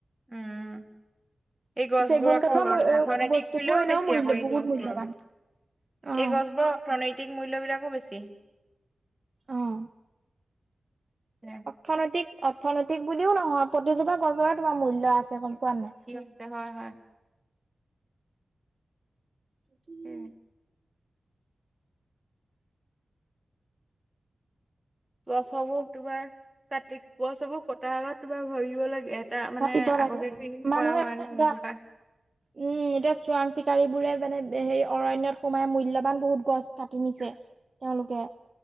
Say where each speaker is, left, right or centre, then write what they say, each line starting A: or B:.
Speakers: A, on the right (about 15°); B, on the right (about 40°).
A: উম! এই গছবোৰ
B: চেগুন
A: আকৌ
B: কাঠৰ
A: পথৰেদি
B: বস্তুবোৰ
A: কৰিলেও
B: এনেও
A: বেছি!
B: মূল্য
A: আকৌ এই
B: বহুত
A: গছবোৰ।
B: মূল্যবান
A: এই
B: অ
A: গছবোৰৰ অৰ্থনৈতিক মূল্যবিলাকো বেছি।
B: অ
A: এ
B: অৰ্থনৈতিক, অৰ্থনৈতিক বুলিও নহয় প্ৰতিজোপা গছৰে তোমাৰ মূল্য আছে গম পোৱা নে নাই!
A: <unintelligible> হয়, হয়,
B: কি?
A: উ গছবোৰ তোমাৰ কাটি গছ চবোৰ কটাৰ আগত তোমাৰ ভাবিব লাগে। এটা মানে
B: ভাবিব লাগে
A: আগতে এও কোৱা
B: মানুহে
A: হয়
B: এতিয়া
A: নহয় এজোপা
B: উম! এতিয়া চোৰাং চিকাৰী বোৰে মানে হেৰি অৰণ্যত সোমাই মূল্যবান বহুত গছ কাটি নিছে তেওঁলোকে